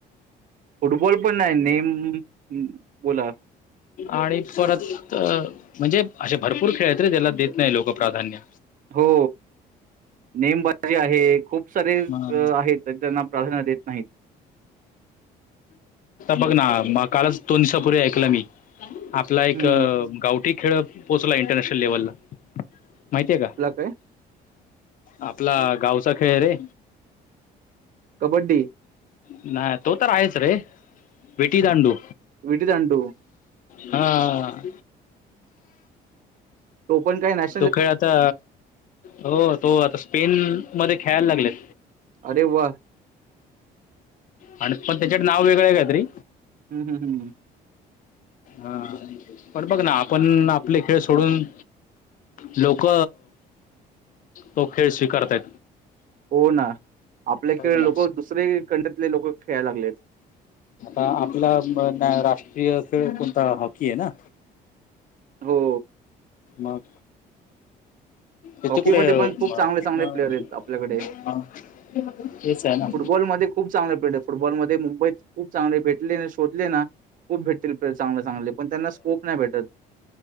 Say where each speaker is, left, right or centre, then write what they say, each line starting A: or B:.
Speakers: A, on the right; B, on the left.
A: फुटबॉल पण नाही नेम बोला.
B: आणि परत म्हणजे असे भरपूर खेळातरी त्याला देत नाही लोक प्राधान्य
A: हो. नेमबाजी आहे खूप सारे
B: हा
A: आहेत त्यां त्यांना प्राधान्य देत नाहीत.
B: बघ ना कालच दोन दिवसापूर्वी ऐकलं मी आपला एक
A: हं.
B: गावठी खेळ पोहोचला इंटरनॅशनल लेव्हलला माहितीय का?
A: तुला काय?
B: आपला गावचा खेळ रे
A: कबड्डी,
B: नाही. तो तर आहेच रे विेटी दांडू
A: वट तडू
B: हा.
A: तो पण काय नाही.
B: तो खेळ आता हो तो आता स्पेल मध्ये खेळायला लागलेत.
A: अरे वा
B: आणि पण त्याच्या नाव वेगळं काय तरी
A: हम् हम हमम.
B: हा पन बघ ना आपण आपले खेळ सोडून लोक तो खेळ स्वीकारतय.
A: हो ना आपले खेळ
B: ना
A: लोक दुसरेही खंडतले लोक खेळायला लागलेत.
B: आता आपला राष्ट्रीय खेळ कोणता हॉकी आहे ना
A: हो
B: मग इथ
A: हॉकीमध्ये
B: कुटे
A: पण खूप चांगले-चांगले
B: मग
A: प्लेयर आहेत आपल्याकडे.
B: इच आहे ना
A: फुटबॉलमध्ये खूप चांगले प्लेड फुटबॉलमध्येध् मुंबईत खूप चांगले भेटले शोधले ना खूप भेटतील चांगले चांगले पण त्यांना स्कोप नाही भेटत.